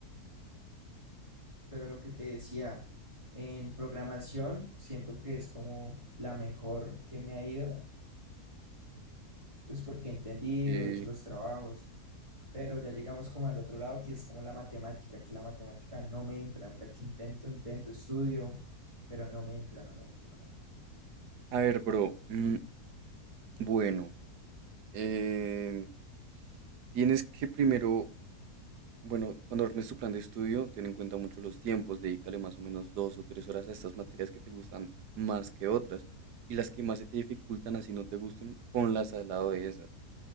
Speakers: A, on the right; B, on the right.
A: pero lo que te decía, en programación siento que es como la mejor que me ha ido, pues porque he entendido,
B: Y,
A: he hecho los trabajos, pero ya llegamos como al otro lado que es como la matemática, que la matemática no me entra, mira que intento, intento, estudio, pero no me entra, no me entra, no me entra.
B: a ver, bro, mm, bueno, eh, tienes que primero Bueno, cuando armes tu plan de estudio, ten en cuenta mucho los tiempos, dedícale más o menos dos o tres horas a estas materias que te gustan más que otras, y las que más se te dificultan, así no te gusten, ponlas al lado de esas,